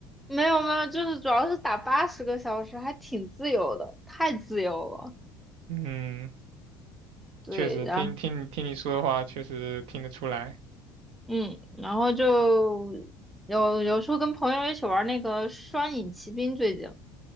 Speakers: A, in the centre; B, on the right.
A: 没有没有，就是主要是打八十个小时，还挺自由的，太自由了。
B: 嗯，
A: 对，
B: 确实听听你听你说的话，
A: 然后
B: 确实听得出来
A: 嗯，然后就有有时候跟朋友一起玩那个双影奇兵，最近。